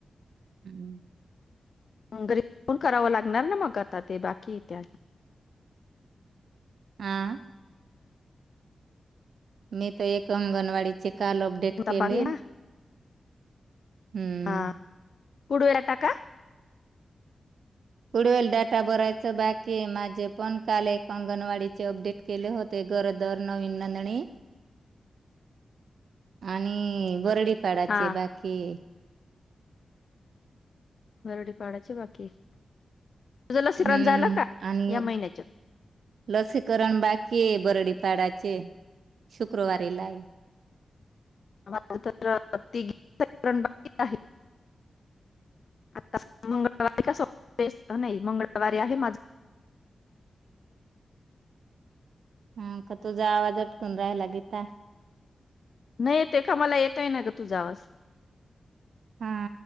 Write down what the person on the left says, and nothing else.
घरी फोन करावं लागणार ना मग आता ते बाकी इते
बाकी आहे ना
हा उडवेला टाका
<inaudible>
हा
वरडी पाडाचे बाकी तुझं लसीकरण
झाला का.
या महिन्याच्.
माज तर तिघी जणींच बाकी आहे. आता मंगळवारी का सोमवारी असत. नाही मंगळवारी आहे माझ.
नाहीे येतो का, मला येेतोय तुझा तुझा, आवाज.